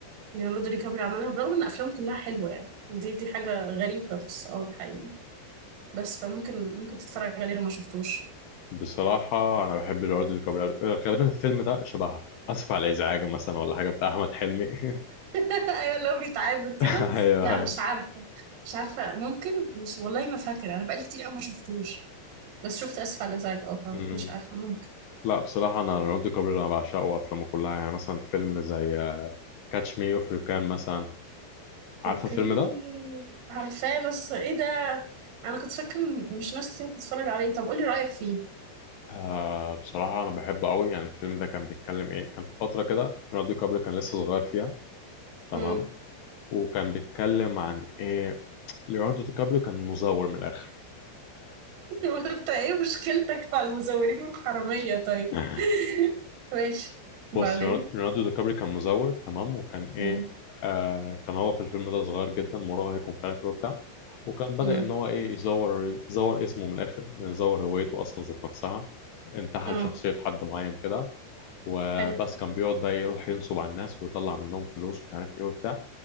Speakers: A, on the right; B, on the left.
A: ليوناردو دي كابري عملها برغم ان افلامه كلها حلوه يعني دي دي حاجه غريبه بس اه ده حقيقي بس فممكن ممكن تتفرج عليه لو ما شفتوش
B: بصراحة أنا بحب ليوناردو دي كابريو غالبا الفيلم ده شبه آسف على الإزعاج مثلا ولا حاجة بتاع أحمد حلمي <laughs>
A: <laughs> ايوه اللي هو بيتعاد
B: <laughs>
A: كده
B: ايوه
A: لا
B: ايوه
A: مش عارفه مش عارفه ممكن مش والله ما فاكره انا بقالي كتير قوي ما شفتوش بس شفت اسف على الازعاج اه
B: مم.
A: مش عارفه ممكن
B: لا بصراحة أنا ليوناردو كابري أنا بعشقه وأفلامه كلها يعني مثلا فيلم زي كاتش مي أوف يو كان مثلا عارفة
A: اوكي
B: الفيلم ده؟
A: عارفاه بس ايه ده انا كنت فاكره إن مش ناس كتير بتتفرج عليه طب قولي رأيك فيه
B: آه بصراحة أنا بحبه قوي يعني الفيلم ده كان بيتكلم إيه؟ كان في فترة كده ليوناردو كابري كان لسه صغير فيها تمام
A: امم
B: وكان بيتكلم عن إيه ليوناردو كابري كان مزور من الآخر
A: <laughs> انت ايه مشكلتك مع المزورين والحرامية طيب
B: <laughs>
A: <laughs> ماشي وبعدين
B: بص ليوناردو ليوناردو دي كابري كان مزور تمام وكان ايه
A: امم
B: آه كان هو في الفيلم ده صغير جدا مراهق ومش عارف ايه وبتاع وكان بدأ
A: امم
B: ان هو ايه يزور يزور اسمه من الاخر يعني يزور هويته اصلا ذات نفسها انتحل
A: اه
B: شخصية حد معين كده وبس
A: حلو
B: كان بيقعد بقى يروح ينصب على الناس ويطلع منهم فلوس ومش عارف ايه وبتاع